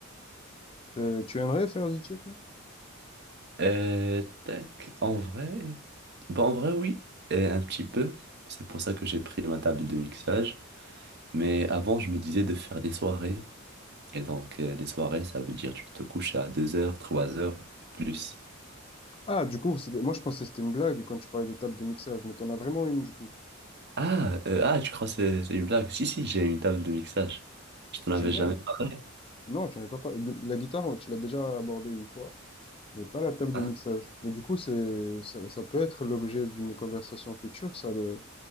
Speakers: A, on the left; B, on the right.
A: Euh, tu aimerais faire DJ, toi?
B: Euh, tac, en vrai... Bah en vrai, oui, et un petit peu. C'est pour ça que j'ai pris ma table de mixage. Mais avant, je me disais de faire des soirées. Et donc, euh, les soirées, ça veut dire tu te couches à deux heures, trois heures et plus.
A: Ah, du coup, c'était... moi je pensais que c'était une blague quand tu parlais de table de mixage, mais t'en as vraiment une, du coup.
B: Ah, euh, ah, tu crois que c'est c'est une blague? Si, si, j'ai une table de mixage. Je t'en
A: Génial.
B: avais jamais parlé.
A: Non, tu n'avais pas par- de- La guitare, tu l'as déjà abordée une fois, mais pas la table de
B: hein.
A: mixage. Mais du coup, c'est ça, ça peut être l'objet d'une conversation future, ça, le,